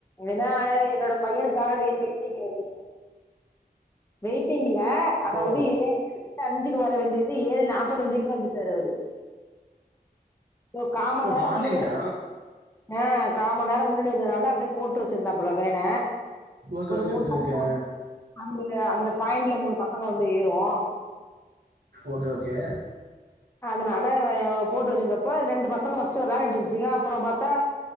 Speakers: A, on the left; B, on the right.
A: ஏன்னா என்னோட பையனுக்காக வேன் வெயிட்டிங்ல இருந்துச்சு வெயிட்டிங்க் இல்ல அதாவது
B: ஓ
A: ஏழு <inaudible> அஞ்சுக்கு வர வேண்டியது ஏழு நாப்பத்தஞ்சுக்கே வந்துட்டாரு அவரு ஒ கா மண்
B: ஓ
A: நேரோ
B: மார்னிங்கா
A: முன்னாடி ஆ கா மண் நேரோ முன்னாடி வந்ததுனால அப்படியே போட்டு வச்சிருந்தாப்ல வேன
B: ஓகே
A: ஒரு
B: ஓகே
A: மூணு
B: ஓகே
A: பசங்க
B: ஓகே
A: அந்த பாயிண்ட்ல மூணு பசங்க வந்து ஏறும்
B: ஓகே ஓகே
A: அதனால போட்டு வச்சிருந்தப்ப ரெண்டு பசங்க ஃபர்ஸ்ட்டு விளாண்ட்டு இருந்துச்சுங்க அப்புறோ பாத்தா